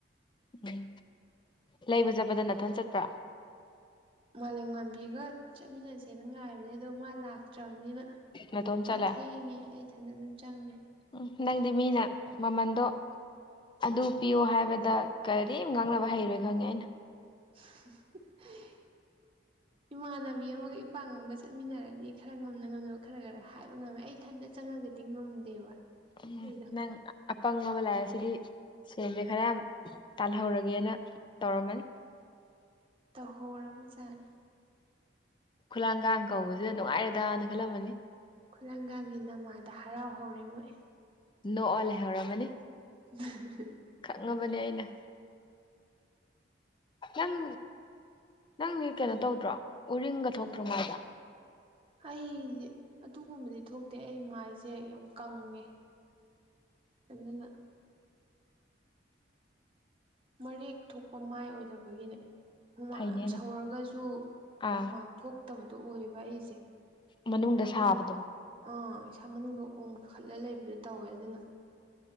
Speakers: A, on the left; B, on the right.
A: ꯎꯝ ꯂꯩꯕ ꯆꯠꯄꯗ ꯅꯊꯟ ꯆꯠꯄ꯭ꯔꯥ
B: ꯃꯥꯂꯦꯝ ꯃꯥꯟꯕꯤꯒ ꯆꯠꯃꯤꯟꯅꯁꯦꯅ ꯉꯥꯏꯔ ꯑꯗꯣ ꯃꯥ ꯂꯥꯛꯇ꯭ꯔꯕꯅꯤꯅ
A: ꯅꯇꯣꯝ
B: ꯃꯥ
A: ꯆꯠꯂꯦ
B: ꯊꯦꯡꯉꯦ ꯑꯩ ꯏꯊꯟꯗ ꯑꯗꯨꯝ ꯆꯪꯉꯦ
A: ꯎ ꯅꯪꯗꯤ ꯃꯤꯅ ꯃꯃꯟꯗꯣ ꯑꯗꯨ ꯄꯤꯌꯣ ꯍꯥꯏꯕꯗ ꯀꯔꯤꯝ ꯉꯥꯡꯅꯕ ꯍꯩꯔꯣꯏ ꯈꯪꯉꯦ ꯑꯩꯅ
B: <unintelligible> ꯏꯃꯥꯟꯅꯕꯤ ꯑꯃꯒ ꯏꯄꯥꯛꯒ ꯑꯃꯒ ꯆꯠꯃꯤꯟꯅꯔꯗꯤ ꯈꯔ ꯉꯝꯅ ꯉꯝꯅꯕ ꯈꯔ ꯈꯔ ꯍꯥꯏꯕ ꯉꯝꯃꯦ ꯑꯩ ꯏꯊꯟꯇ ꯆꯪꯉꯒꯗꯤ ꯉꯝꯗꯦꯕ
A: ꯎꯝ
B: ꯑꯩꯗꯣ
A: ꯅꯪ ꯑꯄꯪ ꯑꯃ ꯂꯥꯛꯑꯦ ꯁꯤꯗꯤ ꯁꯦꯟꯁꯦ ꯈꯔ ꯌꯥꯝ ꯇꯥꯜꯍꯧꯔꯒꯦꯅ ꯇꯧꯔꯝꯃꯅꯤ
B: ꯇꯧꯍꯧꯔꯕꯖꯥꯠꯅꯤ
A: ꯈꯨꯂꯥꯡꯒ ꯀꯧꯕꯁꯤꯗ ꯅꯨꯡꯉꯥꯏꯔꯦꯗꯅ ꯈꯜꯂꯝꯃꯅꯤ
B: ꯈꯨꯔꯪꯒꯒꯤ ꯅꯃꯥꯗ ꯍꯔꯥꯎ ꯍꯧꯔꯦ ꯃꯣꯏ
A: ꯅꯣ ꯑꯣꯜ ꯍꯦꯔꯥ ꯑꯃꯅꯤꯅꯤ
B: ꯎꯝ
A: ꯈꯪꯉꯕꯅꯦ ꯑꯩꯅ ꯅꯪ ꯅꯪꯗꯤ ꯀꯩꯅꯣ ꯇꯧꯗ꯭ꯔꯣ ꯎꯔꯤꯡꯒ ꯊꯣꯛꯇ꯭ꯔꯣ ꯃꯕꯣ
B: ꯑꯩꯁꯦ ꯑꯗꯨꯒꯨꯝꯕꯗꯤ ꯊꯣꯛꯇꯦ ꯑꯩ ꯃꯥꯏꯁꯦ ꯌꯥꯝ ꯀꯪꯉꯦ ꯑꯗꯨꯅ ꯃꯔꯦꯛ ꯊꯣꯛꯄ ꯃꯥꯏ ꯑꯣꯏꯗꯕꯒꯤꯅꯦ ꯍꯨꯃꯥꯡ
A: ꯐꯩꯅꯦ
B: ꯌꯥꯝ
A: ꯑꯗꯨꯗꯤ
B: ꯁꯧꯔꯒꯁꯨ
A: ꯑꯥ
B: ꯍꯨꯃꯥꯡ ꯊꯣꯛꯇꯕꯗꯣ ꯑꯣꯏꯌꯦꯕ ꯑꯩꯁꯦ
A: ꯃꯅꯨꯡꯗ
B: ꯑꯗꯨꯅ
A: ꯁꯥꯕꯗꯣ
B: ꯑꯥ ꯏꯁꯥ ꯃꯅꯨꯡꯗ ꯑꯣꯝꯈꯠꯂ ꯂꯩꯕꯗꯣ ꯇꯧꯋꯦ ꯑꯗꯨꯅ